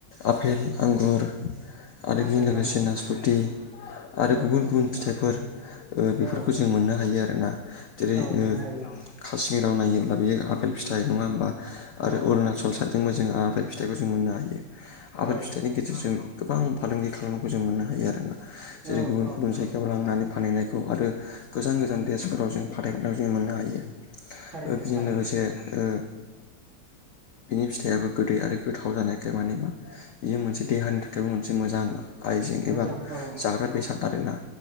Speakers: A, on the left; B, on the right.
A: आफेल, आंगुर आरो
B: आफेल
A: बेजों लोगोसे
B: आंगुर
A: नासपथि आरो
B: औ
A: गुबुन गुबुन फिथाइफोर ओ बेफोरखौ
B: औ
A: जों मोननो हायो आरोना जेरै
B: औ मोननो
A: ओ
B: हायो
A: जेराव नायोब्ला बेयो आ आफेल फिथाइ नङा ओमबा आरो
B: औ
A: अरुणाचल साइडजोंबो जोङो आपेल फिथाइखौ जों मोननो हायो आफेल
B: औ
A: फिथाइनि गेजेरजों गोबां फालांगि खालामनायखौ जों मोननो हायो आरोना। जेरै
B: औ
A: गुबुन
B: औ
A: गुबुन जायगा लांनानै फानहैनायखौ आरो गोजान गोजान देसफोराव जों फाथायहरनाय जों मोननो हायो।
B: थारैनो
A: ओ बिजोंनो
B: थारैनो
A: लोगोसे ओ बिनि फिथाइआबो गोदै आरो गोथाव जानायखाय माने मा बेयो मोनसे देहानि थाखायबो मोनसे मोजां आइजें
B: मोजां
A: एबा
B: औ
A: जाग्रा बेसाद आरोना